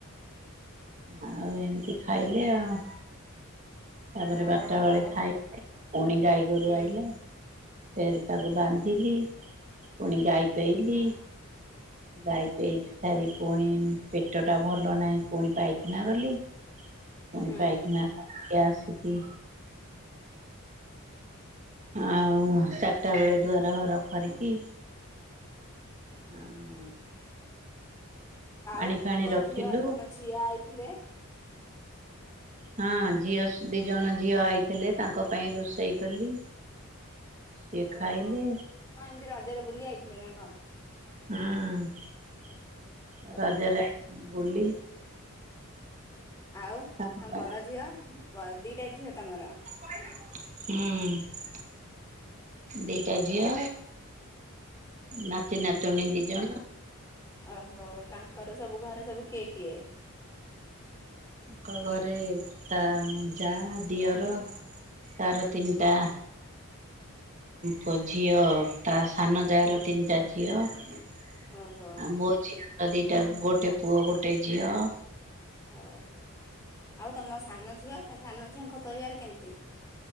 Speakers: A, on the right (about 35°); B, on the left (about 15°).
A: ଆଉ ଏମିତି ଖାଇଲେ ଆଉ ତାପରେ
B: ଓହୋ
A: ବାରଟା ବେଳେ
B: ଆଉ
A: ଖାଇ ପୁଣି ଗାଈ ଗୋରୁ
B: ହୁଁ
A: ଆଇଲା। ଫେର ତାକୁ ବାନ୍ଧିଲି ପୁଣି ଗାଈ ପେଇଲି। ଗାଈ ପେଇ ସାରି ପୁଣି ପେଟ ଟା ଭଲ ନାହିଁ ପୁଣି ପାଇ ଖିନ ଗଲି ପୁଣି
B: ହୁଁ
A: ପାଇଖିନା ରୁ ଆସିକି। ଆଉ ଚାରିଟା ବେଳେ ଦୁଆର ଘର ଖରିକି। ଆଉ
B: ଆଉ
A: ପାଣି ଫାଣି
B: କଁ
A: ରଖିଲୁ
B: ଝିଅ ତମ ଝିଅ ଆଇଥିଲେ।
A: ହଁ ଝିଅ ଦି ଜଣ ଝିଅ ଆଇଥିଲେ ତାଙ୍କ ପାଇଁ ରୋଷେଇ କଲି। ସିଏ
B: ଓହୋ
A: ଖାଇଲେ
B: କଁ ଏମିତି ରଜରେ ବୁଲି ଆଇଥିଲେ ନା କଁ।
A: ହଁ ରଜରେ
B: ଓହୋ
A: ଆଇଥିଲେ ବୁଲି।
B: ଆଉ
A: ତାଙ୍କ
B: ତମ
A: ପାଇଁ
B: ବଡ ଝିଅ ବ ଦିଟା ଝିଅ ତମର।
A: ହୁଁ। ଦି ଟା ଝିଅ ନାତି ନାତୁଣୀ ଦି ଜଣ।
B: ଓ ହୋ ତାଙ୍କର ସବୁ ଘରେ ସବୁ କିଏ କିଏ।
A: ତାଙ୍କ ଘରେ ତା ଯା ଦିଅର। ତାର ତିନିଟା। ପୁ ଝିଅ ତା ସାନ ଯା ର ତିନିଟା ଝିଅ। ଆଉ
B: ଓହୋ
A: ମୋ ଝିଅ ର ତ ଦିଟା ଗୋଟେ ପୁଅ ଗୋଟେ ଝିଅ।
B: ଓ ଆଉ ଆଉ ତମ ସାନ ଝିଅ ତା ସାନ ଝିଅଙ୍କ ପରିବାର କେମିତି।